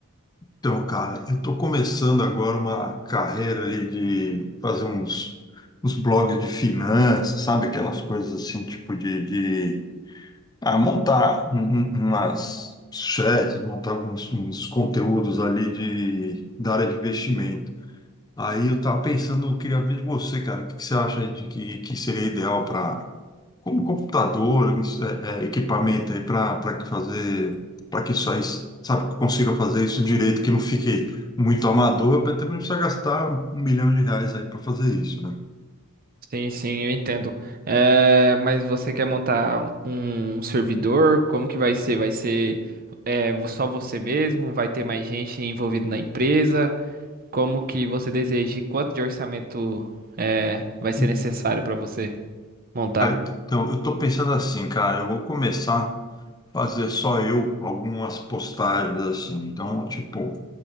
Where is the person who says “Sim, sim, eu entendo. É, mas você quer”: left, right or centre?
Right